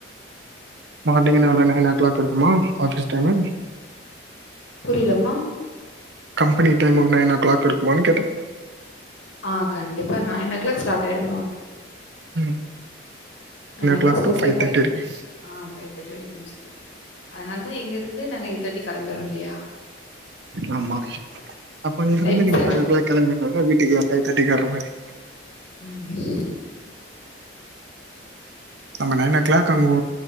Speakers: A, on the right; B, on the left.
A: மார்னிங் நா எவ்ளோ நைன் ஓ க்ளாக் இருக்குமா ஆஃபீஸ் டைமு
B: புரிய்லம் மா
A: பனி டைம் ஒரு நைன் ஓ க்ளாக் இருக்குமானு கேட்ட
B: ஆ கண்டிப்பா நைன் ஓ க்ளேக் ஸ்டாட் ஆயிடுதுமா
A: ம்
B: nine o'clock
A: clock
B: start
A: to ஃபைவ்
B: ஆயி ஃபை
A: தேர்ட்டி
B: தேட்டிக்
A: இருக்கு
B: <inaudible> ஃபை தேட்டி வரைக் முன்சிது அத்னால் தா இங்கெருந்து நாங்க எய்தேட்டி களம்பிற்றோ இல்லயா
A: ஆமா அப்ப நிகிருந்து
B: டைமிங்
A: நீங்க
B: சரிப்படி
A: ஃபைவ் ஓ க்ளாக் கெளம்பிற்னுள்ள வீட்டுக்கு ஃபை தேட்டிக்கு வர்ற மாரி
B: ம்.
A: நம்ம நைன் ஓ க்ளாக் அங்கோ